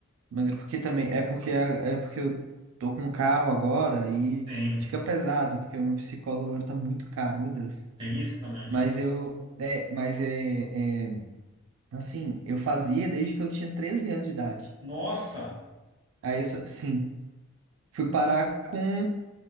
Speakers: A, on the right (about 70°); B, on the right (about 25°).
A: Mas é porque também, é porque, é porque eu tô com um carro agora e
B: Tem,
A: fica pesado, porque o meu psicólogo agora tá muito caro, meu Deus.
B: tem isso também,
A: Mas
B: né?
A: eu, é, mas é, é, assim, eu fazia desde que eu tinha 13 anos de idade.
B: Nossa!
A: Aí eu, só- sim, fui parar com,